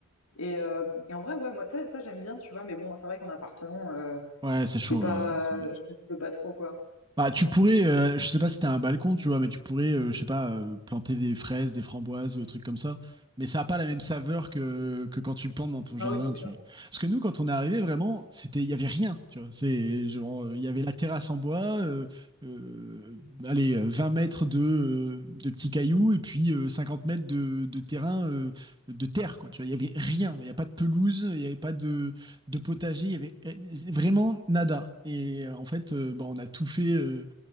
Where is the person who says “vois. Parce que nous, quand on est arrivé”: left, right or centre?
Right